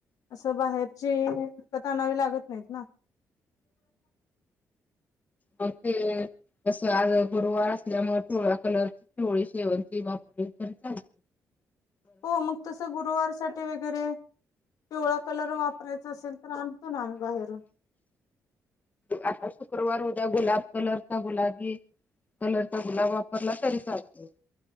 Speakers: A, on the left (about 75°); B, on the left (about 25°).
A: असं बाहेरची विकत आणावी लागत नाहीत ना.
B: मग ते असं आज गुरुवार असल्यामुळे टोळाखल. वेळी शेवणची वापररी चालते.
A: हो मग तसं गुरुवारसाठी वगैरे पिवळा कलर वापरायचा असेल तर आणतो ना आम्ही बाहेरन
B: आता शुक्रवार उद्या गुलाब कलरचा गुलाबी कलरचा गुलाब आप वरला तरी चालत.